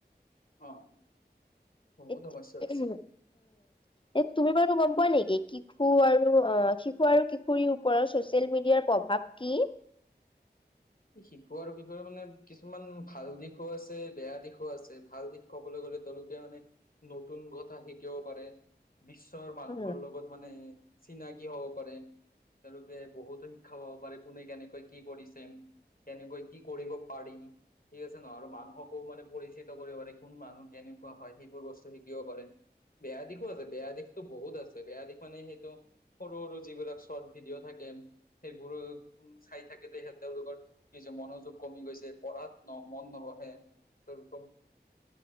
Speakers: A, on the left; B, on the left.
A: অ', বহুত
B: এ
A: সমস্যা
B: <unintelligible>
A: হৈছে। <unintelligible>
B: এ তুমি বাৰু গম পোৱা নেকি কি- শিশু আৰু অঁ' শিশু আৰু কিশোৰীৰ ওপৰৰ ছ'চিয়েল মিডিয়াৰ প্ৰভাৱ কি?
A: এই শিশু আৰু কিশোৰৰ মানে কিছুমান ভাল দিশো আছে বেয়া দিশো আছে। ভাল দিশ ক'বলৈ গ'লে তেওঁলোকে মানে নতুন কথা শিকিব পাৰে। বিশ্বৰ মানুহৰ
B: উম
A: লগত মানে- চিনাকি হ'ব পাৰে, তেওঁলোকে বহুতো শিক্ষা পাব পাৰে কোনে কেনেকৈ কি কৰিছে, - কেনেকৈ কি কৰিব পাৰি, ঠিক আছে নহ' আৰু মানুহকো মানে পৰি চিত কৰিব পাৰে কোন মানুহ কেনেকুৱা হয় সেইবোৰ বস্তু শিকিব পাৰে, বেয়া দিশো আছে বেয়া দিশ বহুত আছে, বেয়া দিশ মানে সেইটো সৰু সৰু যিবিলাক চৰ্ট ভিডিঅ' থাকে- সেইবোৰো উমঁ' চাই থাকেতে সেই তেওঁলোকৰ কিছু মনোযোগ কমি গৈছে, পঢ়াত মন নবহে-